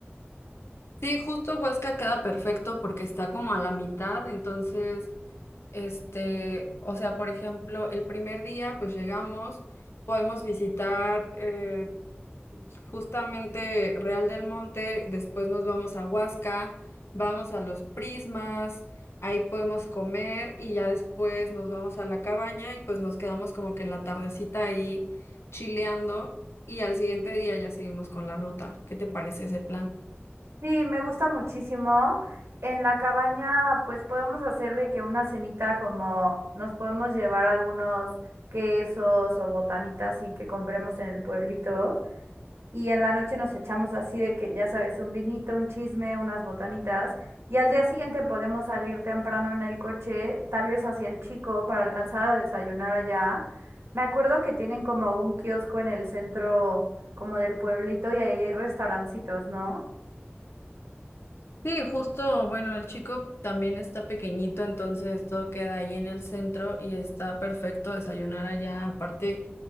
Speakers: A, on the left; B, on the right.
A: Sí, justo Huasca queda perfecto porque está como a la mitad, entonces, este, o sea, por ejemplo, el primer día pues llegamos, podemos visitar eh, Justamente Real del Monte, después nos vamos a Huasca, vamos a los Prismas, ahí podemos comer y ya después nos vamos a la cabaña y pues nos quedamos como que en la tardecita ahí chileando y al siguiente día ya seguimos con la ruta. ¿Qué te parece ese plan?
B: Sí, me gusta muchísimo. En la cabaña, pues podemos hacer de que una cenita como nos podemos llevar algunos quesos o botanitas y que compremos en el pueblito. Y en la noche nos echamos así de que, ya sabes, un vinito, un chisme, unas botanitas. Y al día siguiente podemos salir temprano en el coche, tal vez hacia el Chico, para alcanzar a desayunar allá. Me acuerdo que tienen como un kiosco en el centro como del pueblito y ahí hay restaurancitos, ¿no?
A: Sí, justo, bueno, el chico también está pequeñito, entonces todo queda ahí en el centro y está perfecto desayunar allá. Aparte,